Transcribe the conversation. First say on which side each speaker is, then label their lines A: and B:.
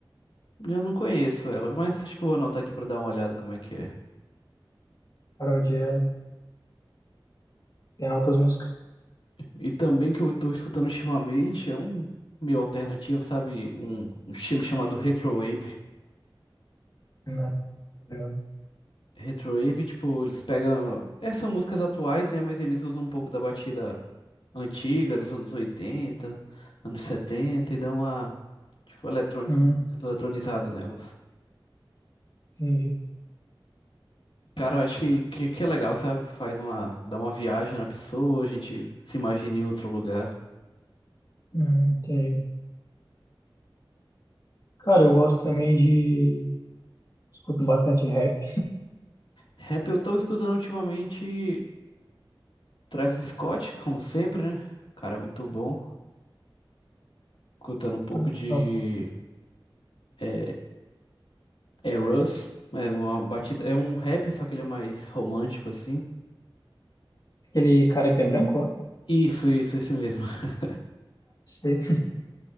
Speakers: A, on the left; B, on the left.
A: Eu não conheço ela, mas acho que eu vou anotar aqui pra dar uma olhada como é que é.
B: Karol G é- tem altas músicas.
A: E também que eu tô escutando ultimamente é um meio alternativo, sabe? Um, um estilo chamado Retrowave.
B: Né? Muito legal.
A: Retrowave, tipo, eles pegam. Essas são músicas atuais, né? Mas eles usam um pouco da batida antiga, dos anos 80 anos 70 e dão uma, tipo, eletron...
B: Uhum,
A: eletronizada nelas.
B: entendi.
A: Cara, eu acho que, que, que é legal, sabe? Faz uma, dá uma viagem na pessoa, a gente se imagina em outro lugar.
B: Uhum, entendi. Cara, eu gosto também de... Escuto bastante rap.
A: Rap, eu tô escutando ultimamente Travis Scott, como sempre, né? O cara é muito bom. Escutando um pouco
B: Ah,
A: de é, é Russ, é uma batida, é um rap, só que ele é mais romântico assim.
B: Aquele cara que é branco, ó.
A: Isso, isso, esse mesmo. <laughs>
B: Sei. <laughs>